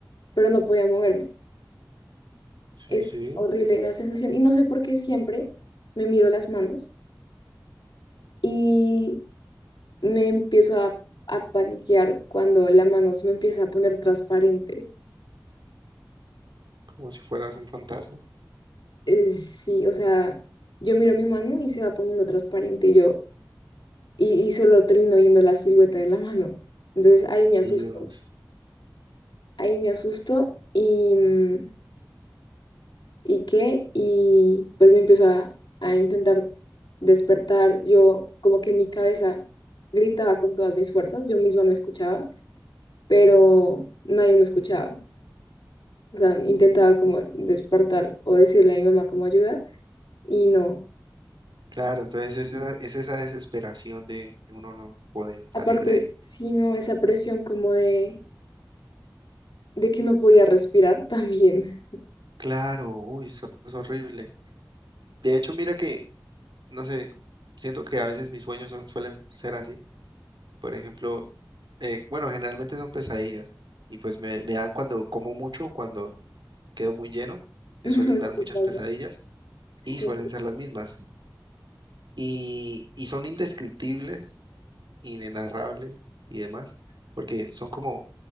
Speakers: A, on the left; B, on the right.
A: pero no podía moverme.
B: Sí,
A: Es
B: sí.
A: horrible la sensación y no sé por qué siempre me miro las manos y me empiezo a, a paniquear cuando la mano se me empieza a poner transparente.
B: Como si fueras un fantasma.
A: Eh, sí, o sea, yo miro mi mano y se va poniendo transparente y yo y, y solo termino viendo la silueta de la mano. Entonces ahí me asusto.
B: Dios.
A: ahí me asusto y, mm, ¿y qué? Y pues me empiezo a, a intentar despertar. Yo como que en mi cabeza gritaba con todas mis fuerzas, yo misma me escuchaba, pero nadie me escuchaba. O sea, intentaba como despertar o decirle a mi mamá como ayuda y no.
B: Claro, entonces es esa, es esa desesperación de uno no poder salir
A: Aparte,
B: de ahí.
A: sino esa presión como de, de que no podía respirar también.
B: Claro, uy, eso es horrible. De hecho, mira que, no sé, siento que a veces mis sueños son, suelen ser así Por ejemplo, eh, bueno, generalmente son pesadillas y pues me, me dan cuando como mucho, cuando quedo muy lleno, me
A: <laughs>
B: suelen dar
A: Sí
B: muchas
A: pasa.
B: pesadillas
A: Sí,
B: y suelen ser las mismas. Y, y son indescriptibles, inenarrables y demás, porque son como